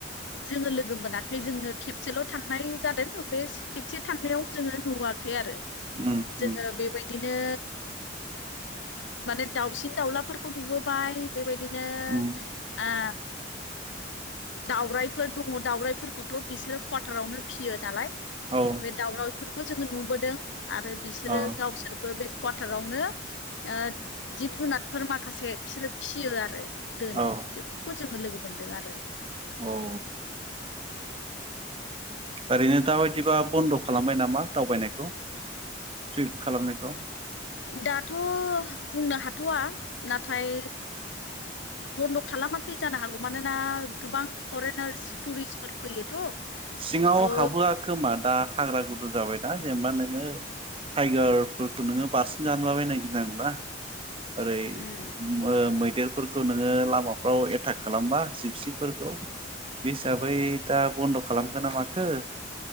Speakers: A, on the left; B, on the right.
A: जोङो लोगो मोनाखै जोङो खेबसेल' थांनाय जादों बे खेबसे थांनायाव जोङो नुवा आखै आरो
B: उम
A: जोंङो
B: उम
A: बेबायदि। नो माने दाउसिन दाउलाफोरखौ नुबोबाय बेबायदि। नो
B: उम
A: आ दावरायफोर दङ दावरायाइफोरखौथ' बिसोरो कवाटारावनो फियो नालाय।
B: औ
A: बे दावरावफोरखौ जोङो नुबोदों आरो बिसोरो
B: औ
A: गावसोरबो बे कवाटारावनो। ओ जिब जुनारफोर माखासे बिसोरो फियो आरो दोनो
B: औ
A: बेफोरखौ जोङो लोगो मोन मोनदों आरो।
B: औ ओरैनो दााबायदिबा बन्द' खालामबाय नामा दावबायनायखौ थ्रिप खालामनायखौ?
A: दाथ' बुंनो हाथ'वा नाथाय। बन्द' खालामाखै जानो हागौ मानोना गोबां फरेनार्स टुरिस्टफोर फैयोथ'।
B: सिङाव
A: थ'
B: हाबोआ खोमा दा हाग्रा गुदुं जाबायना जेनेबा नोङो। टाइगारफोरखौ नोङो बारसिन जालाबायनो गिनांगौना। ओरै
A: उम
B: मोमै। देरफोरखौ नोङो लामाफ्राव एथाक खालामबा जिबसिफोरखौ। बे हिसाबै दा बन्द' खालामगोन ना माखो